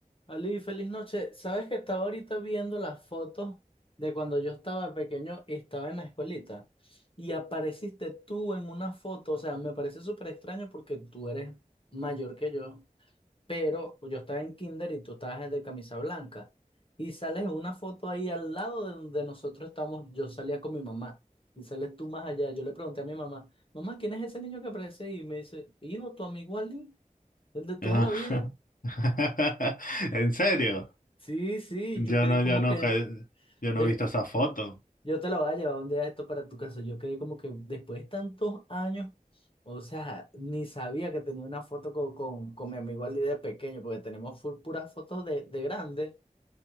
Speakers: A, on the left; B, on the left.
A: Ali, feliz noche. ¿Sabes que estaba ahorita viendo las fotos de cuando yo estaba pequeño y estaba en la escuelita? Y apareciste tú en una foto, o sea, me parece súper extraño porque tú eres mayor que yo, pero yo estaba en kinder y tú estabas de camisa blanca. Y sales en una foto ahí al lado de donde nosotros estamos, yo salía con mi mamá. Y sales tú más allá. Yo le pregunté a mi mamá, mamá, ¿quién es ese niño que aparece ahí? Y me dice, hijo, tu amigo Ali, el de toda
B: Ajá.
A: la vida.
B: <laughs> ¿En serio?
A: Sí, sí,
B: Yo
A: yo quedé
B: no,
A: como
B: yo no,
A: que
B: ca- yo no
A: Des-
B: he visto esa foto.
A: yo te la voy a llevar un día esto para tu casa. Yo quedé como que después de tantos años, o sea, ni sabía que tenía una foto co- con, con, mi amigo Ali de pequeño, porque tenemos full puras fotos de, de grande.